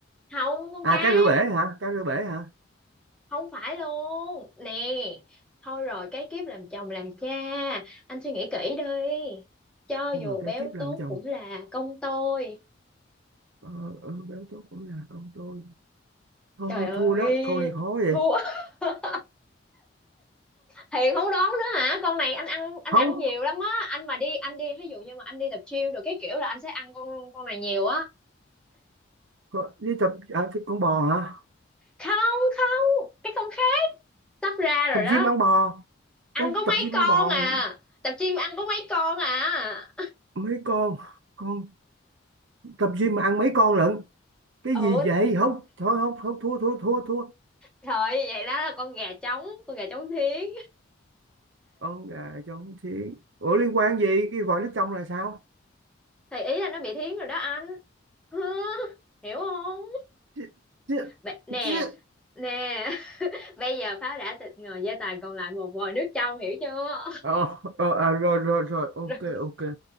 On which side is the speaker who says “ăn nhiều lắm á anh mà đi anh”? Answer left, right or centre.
Centre